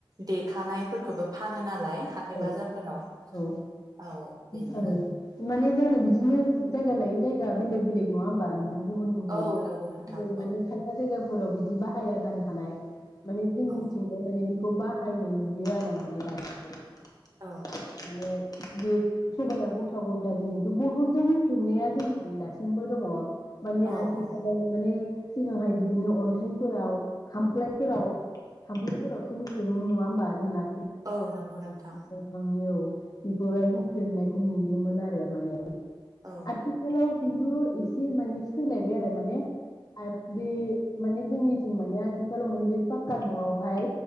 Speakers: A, on the right (about 45°); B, on the left (about 45°).
A: देखानायफोरखोबो फानो नालाय हाथाय
B: औ
A: बाजारफोराव
B: औ
A: औ बेनो
B: औ
A: आरो
B: माने जानो बिदिनो जायगा लायै जायगा बेलेग बेलेग नङा होमब नों गुबुन गुबुन
A: औ नंगौ नोंथां
B: <unintelligible>
A: औ
B: खायफा जायगायाव फोराव बिदि बाहाया जानो हानाय माने जोंनिथिंजाय
A: औ
B: माने बिब खौ बाहायनाय नुयो आरो आं माने दासिमबो माने
A: औ
B: बे सबाइया गथा गथा जेनथु बथलजों होख्रेबनाया जोंनिथिं दासिमबो दङ। माने
A: औ
B: आथिखालाव
A: औ
B: माने सिगांहाय बिदिनो अन्थाइफोराव खामफ्लायफोराव खामफ्लायफोरावसो हुख्रेमोमोन नङा होमबा जोंना
A: औ नंगौ नोंथां
B: आंनियाव बेखौहाय हुख्रेमनायखो नुयोमोन आरो माने
A: औ
B: आथिखालाव खिन थु एसे माने सोलायबाय आरो माने पाइफ बे माने जोंनिथिं माने आथिखालाव माने बे पाक्का न'आवहाय